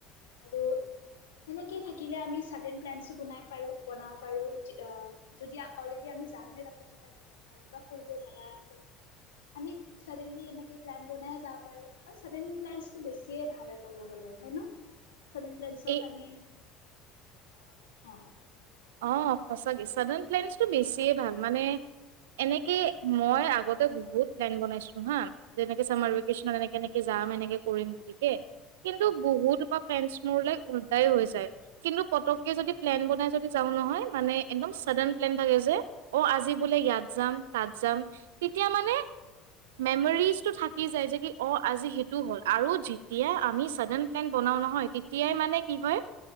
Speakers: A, on the left; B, on the right.
A: আৰু এনেকে থাকিলে আমি চাডেন প্লেনচো বনাই পাৰো, বনাব পাৰো যি অহ' যদি অল'ৰেদি আমি জামেই তাতে কিবা কিব এনাকা ফুৰিব জাগা আছে, আমি চাডেনলি এনেকে প্লেন বনাই যাব পাৰো বা চাদেনলী প্লেনচটো বেছিয়ে ভাল হয় ক'ব গ'লে হয়, ন। সাধ্ৰসত
B: এই
A: আমি <inaudible> অহ ',
B: অহ ', সচাকে চাদাৰন প্লেনছটো বেছিয়ে ভাল মানে এনেকে মই আগতে বহুত প্লেন বনাইছো হা যেনেকে চামাৰ ভেকেশচনত এনেকে এনেকে যাম এনেকে কৰিম বুলি কে কিন্তু বহুতপ ফে মোৰল উলতাই হৈ যায় কিন্তু পতককে যদি প্লেন বনাই যদি যাও নহয় মানে একদম চাদেন প্লেন থাকে যে অহ ', আজি বোলে ইয়াত যাম তাত যাম তেতিয়া মানে মেমৰিজটো থাকি যায় যে কি অহ ', আজি সেইটো হ'ল আৰু যেতিয়া আমি চাদেন প্লেন বনাও নহয় তেতিয়াই মানে কি হয়